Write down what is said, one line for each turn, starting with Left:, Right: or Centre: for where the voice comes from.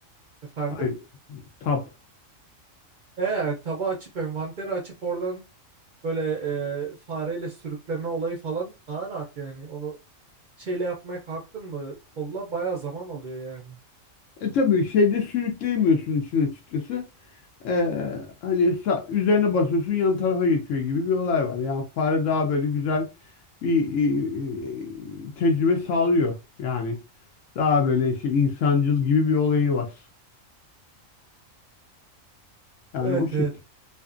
Right: efendim.
Left: Aynen tab.
Right: E yani tabağı açıp envanteri açıp oradan böyle e, fareyle sürükleme olayı falan daha rahat yani onu şeyle yapmaya kalktın mı kolla bayağı zaman alıyor yani.
Left: E tabii şeyde sürükleyemiyorsun işin açıkçası. Ee, hani sa- üzerine basıyorsun yan tarafa geçiyor gibi bir olay var. Yani fare daha böyle güzel bir e, e, tecrübe sağlıyor yani. Daha böyle işte insancıl gibi bir olayı var. Yani
Right: Evet
Left: o şek
Right: evet.